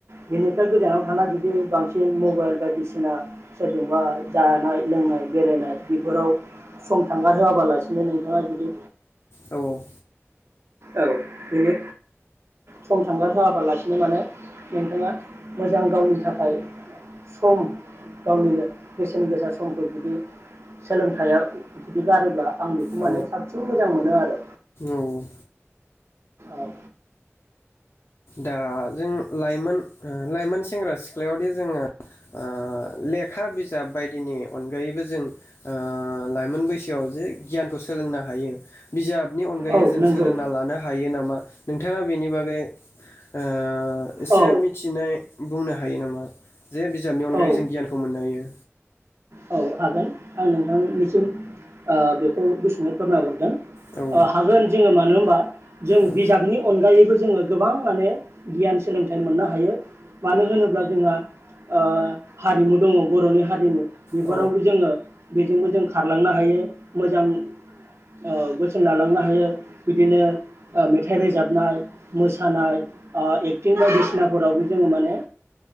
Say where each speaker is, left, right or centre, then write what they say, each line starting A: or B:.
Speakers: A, on the right (about 60°); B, on the left (about 60°).
A: बिनिफ्राय गोजानाव थाना जुदि बांसिन मबाइल बायदिसिना सोरजोंबा जानाय लोंनाय बेरायनाय बेफोराव सम थांगारहोआबालासिनो नोंथाङा जुदि
B: औ औ
A: औ बिनो सम थांगार होआबालासि माने नोंथाङा मोजां गावनि थाखाय सम गावनिनो बेसेन गोसा समखौ जुदि सोलों फिथाया जुदि गारोब्ला आं बेखौ माने
B: औ
A: साबसिन मोजां मोनो आरो
B: औ औ
A: औ
B: दा जों लाइमोन लाइमोन सेंग्रा सिख्लायावदि जोङो ओ लेखा बिजाब बायदिनि अनगायैबो जों ओ लाइमोन बैसोआव जे गियानखौ सोलोंनो हायो बिजाबनि अनगायै
A: औ
B: जों
A: नंगौ
B: सोलोंना लानो हायो नामा नोंथाङा बेनि बागै ओ एसे
A: औ
B: मिथिनाय बुंनो हा हायो नामा जे बिजाबनि अनगायै
A: औ
B: जों गियानखौ मोननो हायो
A: हा हागोन आं नोंथांनिसिम बेखौ बुसुनो फोरमायहरगोन
B: औ
A: हागोन जोङो मा नो होमबा जों
B: औ
A: बिजाबनि अनगायै खौ जोङो गोबां माने गियान सोलोंथाइ मोननो हायो मानो होनोब्ला जोंहा ओ हारिमु दङ बर'नि हारिमु बेफोरावबो
B: औ
A: जोङो बेजोंबो जों खारलांनो हायो मोजां ओ बोसोन लालांनो हायो बिदिनो ओ‌ मेथाइ रोजाबनाय मोसानाय ओ एक्टिं बायदिसिनाफोरावबो जोङो माने